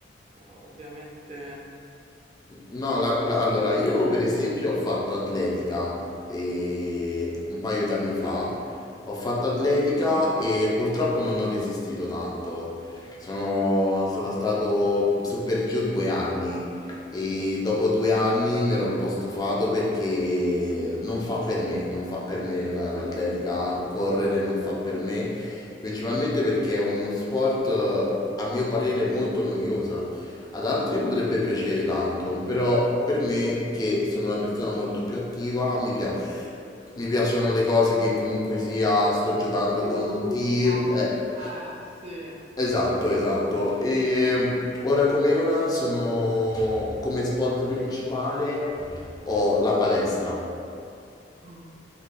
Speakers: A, on the right; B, on the left.
A: eh, ovviamente
B: No, la- la- allora io per esempio ho fatto atletica e un paio d'anni fa ho fatto atletica e purtroppo non ho resistito tanto. Sono, sono stato su per giù due anni e dopo due anni mi ero un po' stufato perché non fa per me, non fa per me la- l'atletica, correre non fa per me, principalmente perché è uno sport eh, a mio parere molto noioso. Ad altri potrebbe piacere tanto, però per me, che sono una persona molto più attiva, mi pia- mi piacciono le cose che comunque sia, sto giocando
A: di
B: con
A: gruppo,
B: un team. eh,
A: eh sì,
B: esatto, esatto. E ora come ora sono come spot principale ho la palestra.
A: mm,